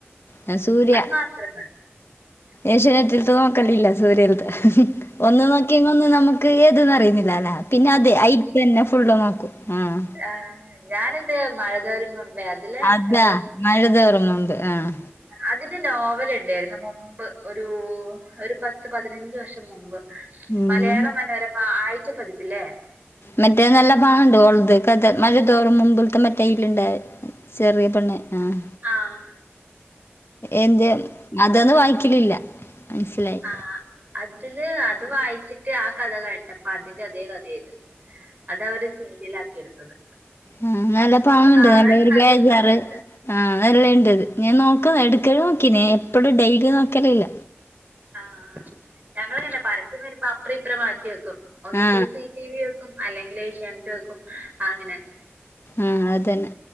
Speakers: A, on the left; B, on the right.
A: ഞാ സൂര്യ
B: അത് <unintelligible>
A: ഏഷ്യനെറ്റിൽത്ത് നോക്കലില്ല സൂര്യേലത്തെ ഒന്ന് നോക്കിയങ്ക ഒന്നും നമുക്ക് ഏത്ന്ന് അറിയുന്നില്ലാല്ല പിന്നെ അതെ ഐ ഇതന്നെ ഫുള്ള് നോക്കും ആഹ്
B: ആ ഞാനിത് മഴതോരും മുമ്പേ അതില്
A: അതാ
B: ആ,
A: മഴതോരും മുമ്പ് ആഹ്
B: അതിന്റെ നോവലിണ്ടായിരുന്നു മുമ്പ് ഒരു ഒരു പത്ത് പതിനഞ്ച് വർഷം മുമ്പ്
A: ഉം.
B: മലയാള മനോരമ ആഴ്ച പതിപ്പില്ലേ
A: മറ്റേ നല്ല പാന്റ് പോലത്തെ <unintelligible> മഴ തോറും മുമ്പിലത്തെ മറ്റേയ്ൽ ഉണ്ടായി. ചെറിയ പെണ്ണ് ആഹ്
B: ആഹ്
A: എന്ത് അതൊന്നും വായിക്കലില്ല മനസ്സിലായി
B: ആഹ് അതില് അത് വായിച്ചിട്ട് ആ കഥ കേട്ടപ്പ അതിന്റെ അതേ കഥയാത് അതവര് സീരിയലാക്കി എടുത്തത്
A: ഉം നല്ല പാങ്ങണ്ട്
B: അപ്പൊ കാണാനും
A: നല്ലോരു
B: നല്ല
A: ബേജാറ്
B: ഇൻട്രസ്റ്റ് ഉണ്ട്
A: ആഹ് നല്ലായിണ്ട്ത് ഞാൻ നോക്കും എടക്ക് നോക്കിനീ എപ്പഴും ഡെയ്ലി നോക്കലില്ല
B: ആഹ് ഞങ്ങള് കണ്ട പരസ്യം വരുമ്പോ അപ്രം ഇപ്രം മാറ്റി വെക്കും ഒന്നിക്കില്
A: ആ
B: സീ ടി വി വെക്കും അല്ലെങ്കിൽ ഏഷ്യാനറ്റ് വെക്കും ആ അങ്ങനെ
A: ആഹ് അതന്നെ